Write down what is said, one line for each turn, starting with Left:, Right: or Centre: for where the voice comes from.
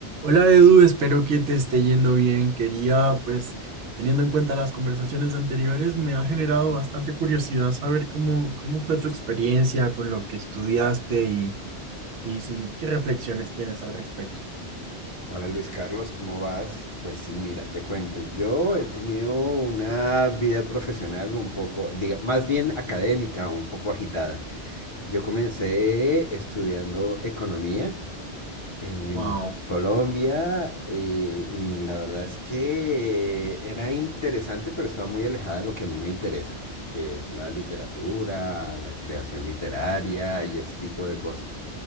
Right: Hola Edu, espero que te esté yendo bien. Quería, pues, teniendo en cuenta las conversaciones anteriores, me ha generado bastante curiosidad saber cómo, cómo fue tu experiencia con lo que estudiaste y, y si- qué reflexiones tienes al respecto.
Left: Hola Luis Carlos, ¿cómo vas? Pues sí, mira, te cuento. Yo he tenido una vida profesional un poco, diga, más bien académica, un poco agitada. Yo comencé estudiando economía en
Right: Wow.
Left: Colombia eh, y la verdad es que era interesante, pero estaba muy alejada de lo que a mí me interesa, que es la literatura, la creación literaria y ese tipo de cosas,